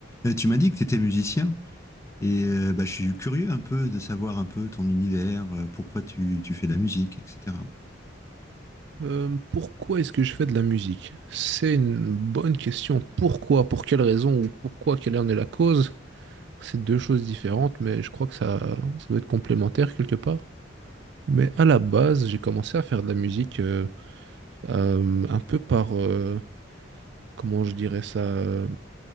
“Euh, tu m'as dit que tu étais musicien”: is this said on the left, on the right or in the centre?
Left